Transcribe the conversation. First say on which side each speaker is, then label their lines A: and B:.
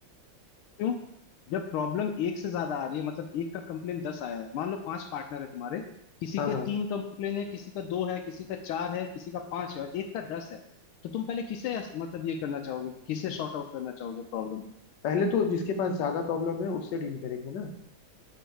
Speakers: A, on the left; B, on the left.
A: क्यों जब प्रॉब्लम एक से ज्यादा आ रही है मतलब एक का कंप्लेन दस आया है मान लो पांच पार्टनर है तुम्हारे किसी
B: हाँ
A: के
B: हाँ
A: तीन कंप्लेन है किसी का दो है किसी का चार है किसी का पांच है और एक का दस है तो तुम पहले किसे मतलब ये करना चाहोगे किसे शॉर्ट आउट करना चाहोगे प्रॉब्लम
B: पहले तो जिसके पास ज्यादा प्रॉब्लम है उससे डील करेंगे ना